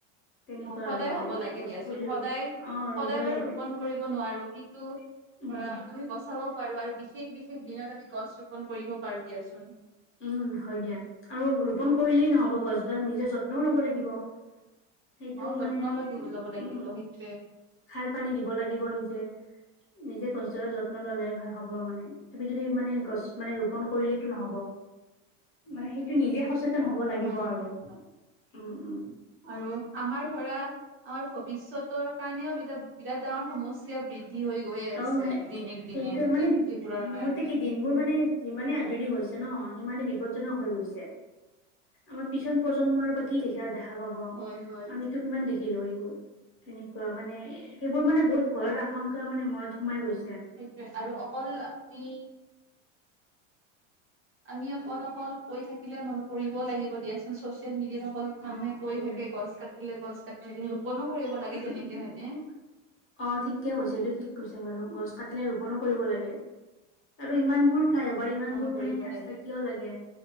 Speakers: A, on the left (about 35°); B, on the right (about 30°).
A: তেনেকুৱা
B: সদায়
A: আৰু মানে
B: হ'ব লাগে
A: গছ
B: দিয়াচোন
A: পুলি
B: সদায়
A: ৰুব। অ ৰুবই
B: সদায় বাৰু
A: লাগে
B: ৰোপন কৰিব নোৱাৰো, কিন্তু ধৰা
A: উম
B: আমি বচাব পাৰো আৰু বিশেষ, বিশেষ দিনত আমি গছ ৰোপন কৰিব পাৰো দিয়াচোন।
A: উম, হয় দিয়া। আৰু ৰোপন কৰিলেই নহ'ব গছডাল নিজে যত্নও ল'ব লাগিব। সেইটো
B: অ যত্ন
A: মানে
B: লাগিব ল'ব লাগিব
A: উ উম,
B: সেইটোৱে
A: সাৰ পানী দিব লাগিব নিজে নিজে কষ্টৰে যত্ন ললে ভাল হব মানে! তুমি যদি মানে গছ মানে ৰোপন কৰিলেইতো নহব! মানে সেইটো নিজে সচেতন হ'ব
B: নহয়
A: লাগিব
B: নহয়
A: আৰু,
B: নহয়
A: উম, উম।
B: আৰু আমাৰ ধৰা আমাৰ ভৱিষ্যতৰ কাৰণেও এতিয়া বিৰাট ডাঙৰ সমস্যা বৃদ্ধি হৈ গৈ আছে
A: অ
B: দিনক
A: সেইটোৱে
B: দিনে,
A: মানে
B: এইবোৰৰ
A: মোৰ
B: কাৰণে।
A: মতে কি দিনবোৰ মানে যিমানে আধুনিক হৈছে ন, সিমানে বিপদজনক হৈ গৈছে। আমাৰ পিছন প্ৰজন্মৰ পৰা কি দেখা দেখা পাব,
B: হয় হয়
A: আমিতো কিমান দেখিলো এইবোৰ! তেনেকুৱা মানে, সেইবোৰ মানে বহুত ভয়ৰ
B: তাকে
A: আশংকা মানে মনত সোমাই গৈছে।
B: সেইটোৱে, আৰু অকল আপুনি আমি অকল অকল কৈ থাকিলেও নহব, কৰিবও লাগিব দিয়াচোন চচিয়েল মিডিয়াত অকল
A: অ
B: মানুহে
A: হয়
B: কৈ
A: দিয়া
B: থাকে, গছ কাটিলে গছ কাটি ৰোপনো কৰিব লাগে
A: উম
B: তেনেকে
A: উম
B: হয় নে?
A: অ, থিকে কৈছে, এইটো থিক কৈছে বাৰু, গছ কাটিলে ৰোপনো কৰিব লাগে। আৰু ইমানবোৰ চা এবাৰ,
B: ৰোপনো
A: ইমান বোৰ
B: কৰিব
A: মানে ৰাস্তা
B: লাগে
A: কিয় লাগে,